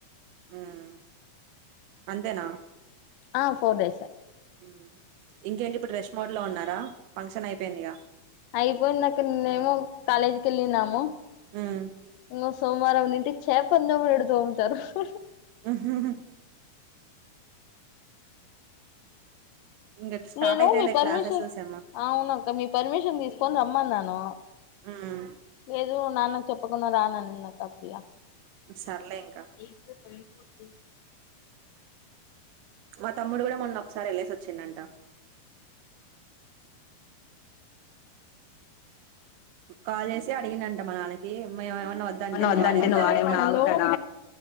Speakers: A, on the right (about 85°); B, on the left (about 80°).
A: మ్మ్ అంతేనా
B: ఆ ఫోర్ డేస్
A: హమ్ ఇంకేంటి ఇప్పుడు రెస్ట్ మోడ్ లో ఉన్నారా ఫంక్షన్ అయిపెందిగా
B: అయిపోయిందక్క, నిన్నమో కాలేజీకి వెళ్ళినము
A: ఉమ్
B: సో సోమవారం నింటి చేపన్ తోమినట్టు తోముత రూ ఉహుహు
A: ఉహ్ హు ఇంక స్టార్ట్
B: నేను
A: అయితాయిలే
B: మీ పర్మిషన్,
A: క్లాసెస్ సెమ్
B: అవునక్క మీ పర్మిషన్ తీసుకొని రమ్మన్నాను
A: మ్మ్
B: లేదు నాన్నన చెప్ ఒప్పుకున్నా రాన్ అన్నది పిల్ల
A: సర్లే ఇంకా
B: ఏ సెవె ఫోర్ <unintelligible>
A: మా తమ్ముడు కూడా మొన్న ఒకసారి వెళ్లేసి వచ్చిండంట కాల్ చేసి అడిగిండ్ డంట మ నాన్నకి మేము ఏమన్నా వద్దంటే
B: వన్
A: నువ్వు
B: వద్దు
A: వాడేమన్నా
B: అంటే నువ్ వాడ్ ఎమన్నా ఆగుతాడా
A: అని.